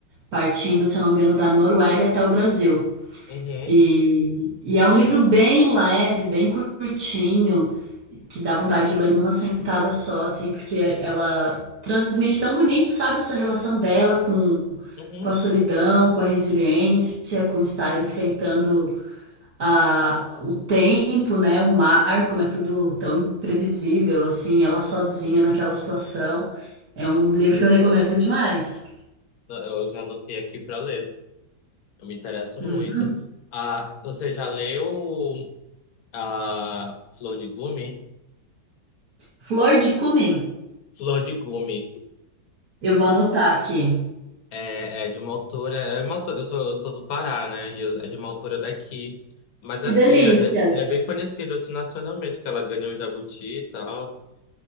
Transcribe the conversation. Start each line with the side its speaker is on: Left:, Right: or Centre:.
Right: partindo, se eu não me engano, da Noruega até o Brasil.
Left: Uhum,
Right: E, e é um livro bem leve, bem curtinho, que dá vontade de ler numa sentada só, assim, porque ela transmite tão bonito, sabe, essa relação dela com,
Left: uhum.
Right: com a solidão, com a resiliência, com estar enfrentando a- o tempo, né, o mar, como é tudo tão imprevisível, assim, ela sozinha
Left: Sim,
Right: naquela situação. É um livro que eu recomendo demais.
Left: eu já anotei aqui para ler. Eu me interesso
Right: Uhum.
Left: muito. Ah, você já leu a Flor de Gume?
Right: Flor de Cumim,
Left: Flor de Gume
Right: eu vou anotar aqui.
Left: é, é de uma autora. É uma autora eu sou, eu sou do Pará, né? E eu- é de uma autora daqui. Mas
Right: Que
Left: assim,
Right: delícia!
Left: ela, é ele é bem conhecido assim, nacionalmente, que ela ganhou o Jabuti e tal.